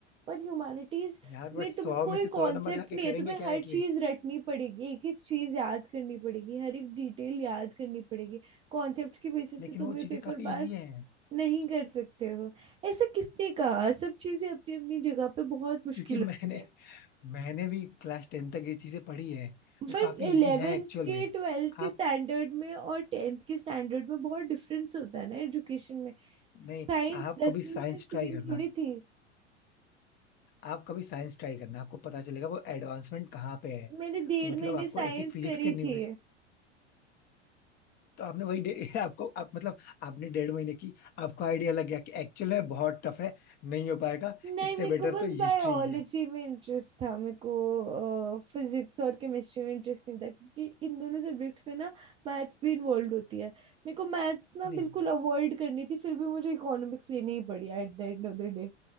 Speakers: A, on the right; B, on the left.
A: पर ह्यूमैनिटीज
B: यार बट
A: में
B: सौ
A: तुम
B: में
A: कोई
B: से सौ
A: कॉन्सेप्ट
B: नंबर लाके
A: नहीं
B: करेंगे
A: है तुम्हें
B: क्या
A: हर
B: एटलीस्ट
A: चीज रटनी पड़ेगी एक एक चीज याद करनी पड़ेगी हर एक डिटेल याद करनी पड़ेगी कॉन्सेप्ट के बेसिस
B: लेकिन
A: पे
B: वो
A: तुम ये
B: चीजें
A: पेपर
B: काफी
A: पास
B: इजी हैं
A: नहीं कर सकते हो ऐसा किसने कहा सब चीजें अपनी अपनी जगह पे बहुत मुश्किल
B: क्योंकि <laughs>
A: होती
B: मैंने
A: है
B: मैंने भी क्लास टेन तक ये चीजें पढ़ी हैं
A: बट
B: वो काफी
A: इलेवेंथ
B: इजी हैं एक्चुअल
A: के
B: में
A: ट्वेल्थ के
B: आप
A: स्टैंडर्ड में और टेंथ के स्टैंडर्ड में बहुत डिफरेंस होता है ना एजुकेशन में
B: नहीं
A: साइंस
B: आप
A: दसवीं
B: कभी साइंस
A: में सेम
B: ट्राई करना
A: थोड़ी थी
B: आप कभी साइंस ट्राई करना आपको पता चलेगा वो एडवांसमेंट कहाँ पे है
A: मैंने डेढ़
B: मतलब
A: महीने
B: आपको
A: साइंस
B: एक एक फिजिक्स
A: करी
B: के न्यू
A: थी
B: में तो आपने वही डे- <laughs> आपको आप मतलब आपने डेढ़ महीने की आपको आइडिया लग गया कि एक्चुअल में बहुत टफ है नहीं हो पाएगा
A: नहीं
B: इससे
A: मेरे को
B: बेटर
A: बस
B: तो
A: बायोलॉजी
B: हिस्ट्री ही है
A: में इंटरेस्ट था मेरे को फिजिक्स और केमिस्ट्री में इंटरेस्ट नहीं था क्योंकि इन दोनों सब्जेक्ट्स में ना मैथ्स भी इन्वॉल्व होती है मेरे को मैथ्स ना
B: नहीं
A: बिल्कुल अवॉइड करनी थी फिर भी मुझे इकोनॉमिक्स लेनी ही पड़ी at the end of the day